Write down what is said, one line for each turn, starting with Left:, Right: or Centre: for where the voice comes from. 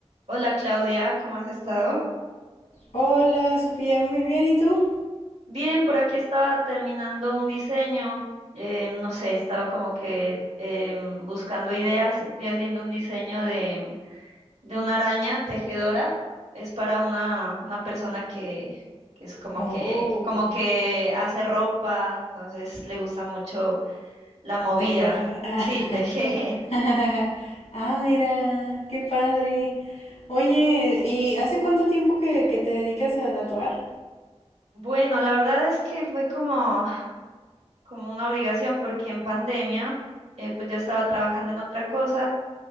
Right: Hola Claudia, ¿cómo has estado?
Left: Hola, Sofía, muy bien, ¿y tú?
Right: Bien, por aquí estaba terminando un diseño, eh, no sé, estaba como que em, buscando ideas, estoy haciendo un diseño de, de una araña tejedora, es para una, una persona que, que es como
Left: Oh,
Right: que, como que hace ropa, entonces le gusta mucho la movida,
Left: tejer. Ah,
Right: sí, tejer. <laughs>
Left: <laughs> ah, mira, qué padre. Oye, ¿y hace cuánto tiempo que, que te dedicas a tatuar?
Right: Bueno, la verdad es que fue como, como una obligación porque en pandemia, eh, pues yo estaba trabajando en otra cosa.